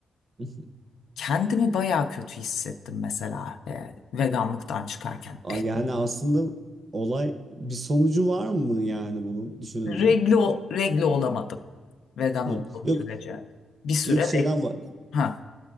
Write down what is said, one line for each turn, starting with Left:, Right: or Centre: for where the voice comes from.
Right: <laughs>
Left: kendimi bayağı kötü hissettim mesela e, veganlıktan çıkarken. Eh,
Right: Yani aslında olay bir sonucu var mı yani bunun düşününce?
Left: reglo, reglo olamadım vegan
Right: Hı.
Left: olduğum
Right: Yok
Left: sürece. Bir süre
Right: yok
Left: reg-
Right: şeyden bak
Left: ha,